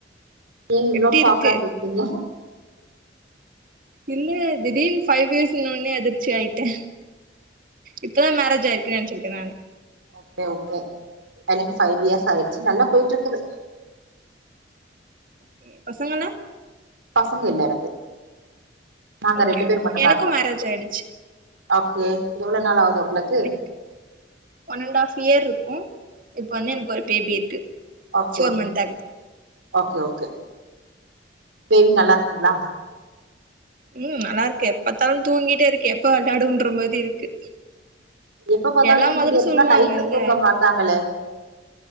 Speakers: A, on the right; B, on the right.
A: ஏ இவ்ளோ
B: எப்டி
A: ஷாக்கா
B: இருக்கு
A: கேக்றீங்க
B: இல்ல திடீர்னு ஃபைவ் இயர்ஸ் இன்னொன்னே அதிர்ச்சி ஆயிட்டே இப்பதா மேரேஜ் ஆயிர்க்குனு நெனச்சுக்கிட்டே நானு
A: ஓகே ஓகே எனக்கு ஃபைவ் இயர்ஸ் ஆயிர்ச்சு நல்லா போயிட்ருக்குது
B: ஓகே பசங்களா
A: பசங்க இல்ல எனக்கு நாங்க
B: ஓகே
A: ரெண்டு பேர் மட்டுந்தா
B: எனக்கு
A: இருக்கோ
B: மேரேஜ் ஆயிடுச்சு
A: ஓகே எவ்ளோ நாள் ஆகுது உங்ளுக்கு
B: எனக்கு ஒன் அண்ட் ஆஃப் இயர் இருக்கு இப்ப வந்து எனக்கு ஒரு பேபி இருக்கு
A: ஓகே
B: ஃபோர் மந்த் ஆகுது
A: ஓகே ஓகே பேபி நல்லாருக்குங்ளா
B: ம் நல்லார்க்கு எப்பத்தாலு தூங்கிட்டே இருக்கு எப்ப வெள்ளாடுன்ற மாரி இருக்கு
A: எப்ப பாத்தாலு
B: எல்லா
A: தூங்கிட்டே
B: மதரு
A: இருக்குனா
B: சொல்லுவாங்கல்ல
A: நைட்ல தூங்க மாட்டாங்களே